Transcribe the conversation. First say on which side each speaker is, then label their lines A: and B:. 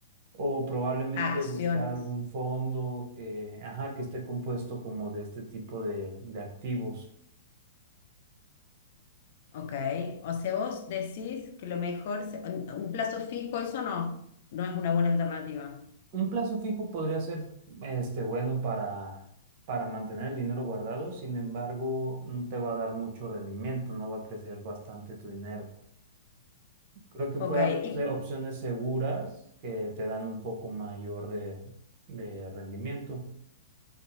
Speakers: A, on the right; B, on the left.
A: o probablemente
B: Acciones,
A: buscar algún fondo que, ajá, que esté compuesto como de este tipo de, de activos.
B: ¿ok? O sea, vos decís que lo mejor, se- un un plazo fijo, eso no, no es una buena alternativa.
A: Un plazo fijo podría ser, este, bueno para, para mantener el dinero guardado, sin embargo, no te va a dar mucho rendimiento, no va a crecer bastante tu dinero. Creo que puede
B: Ok,
A: haber
B: ¿y
A: opciones seguras que te dan un poco mayor de, de rendimiento.